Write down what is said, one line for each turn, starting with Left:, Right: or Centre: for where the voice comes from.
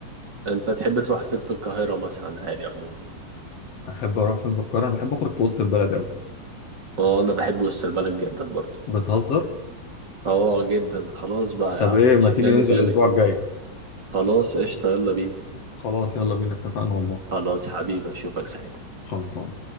Right: أنت تحب تروح فين في القاهرة مثلا عادي عموما
Left: احب اروح فين في القاهره انا بحب اخرج في وسط البلد قوي
Right: اه انا بحب وسط البلد جدا برضه
Left: بتهزر
Right: اه جدا خلاص بقى يا
Left: طب ايه ما
Right: شكلنا
Left: تيجي ننزل
Right: نتقابل
Left: الاسبوع
Right: كده
Left: الجاي
Right: خلاص قشطة يلا بينا
Left: خلاص يلا بينا اتفقنا والله
Right: خلاص حبيبي اشوفك ساعتها
Left: خلصان